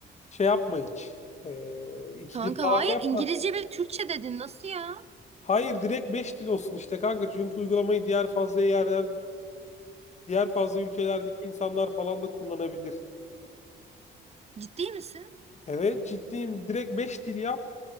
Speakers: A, on the left; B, on the right.
A: şey yapma hiç. Ee, iki
B: Kanka
A: dil falan
B: hayır
A: yapma.
B: İngilizce ve Türkçe dedin nasıl ya?
A: Hayır direkt 5 dil olsun işte kanka. Çünkü uygulamayı diğer fazla yerden, diğer fazla ülkelerdeki insanlar falan da kullanabilir.
B: Ciddi misin?
A: Evet ciddiyim. Direkt 5 dil yap.